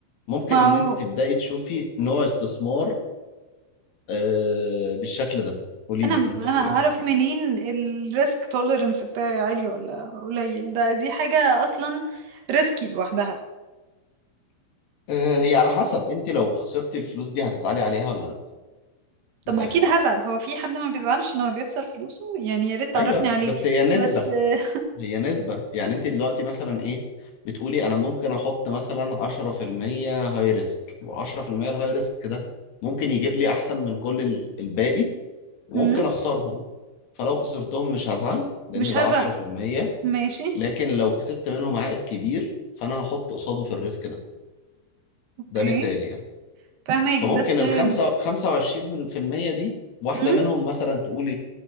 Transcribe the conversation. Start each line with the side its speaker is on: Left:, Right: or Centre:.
Left: ممكن
Right: ما
Left: ان
Right: هو
Left: انت تبدأي تشوفي نوع استثمار آه بالشكل ده قولي
Right: انا
Left: لي كنت
Right: انا
Left: هتقولي
Right: اعرف
Left: حاجة
Right: منين الريسك توليرنس بتاعي عالي ولا قليل ده دي حاجه اصلا ريسكي لوحدها
Left: آه هي على حسب انت لو خسرتي الفلوس دي هتزعلي عليها ولا لا من
Right: طب ما
Left: الآخر
Right: اكيد هزعل هو في حد ما بيزعلش لما بيخسر فلوسه يعني يا ريت تعرفني
Left: ايوه
Right: عليه
Left: بس هي نسبة
Right: بس آه،
Left: هي نسبة يعني انت دلوقتي مثلا ايه بتقولي انا ممكن احط مثلا 10% هاي ريسك و10% الهاي ريسك ده ممكن يجيب لي احسن من كل ال- الباقي وممكن
Right: مم،
Left: اخسرهم فلو خسرتهم مش هزعل لان
Right: مش
Left: ده
Right: هزعل
Left: 10%
Right: ماشي
Left: لكن لو كسبت منهم عائد كبير فانا هحط قصاده في الريسك ده
Right: اوكي
Left: ده مثال يعني
Right: فهماك
Left: فممكن
Right: بس
Left: ال
Right: آم،
Left: 5 25% دي واحدة
Right: مم،
Left: منهم مثلا تقولي